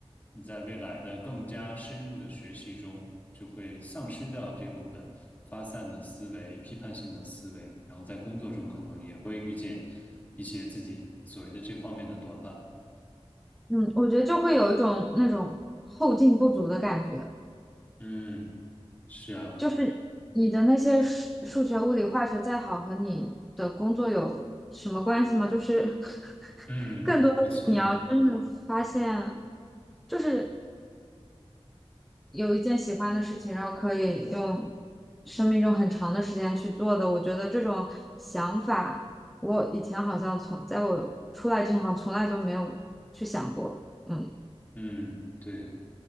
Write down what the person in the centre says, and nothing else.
嗯，我觉得就会有一种那种后劲不足的感觉，
就是你的那些数数学、物理、化学再好，和你的工作有什么关系吗？就是 <laughs>
更多的是你要真的发现，
就是有一件喜欢的事情，然后可以用生命中很长的时间去做的。我觉得这种想法，我以前好像从在我出来之前，好像从来就没有去想过。嗯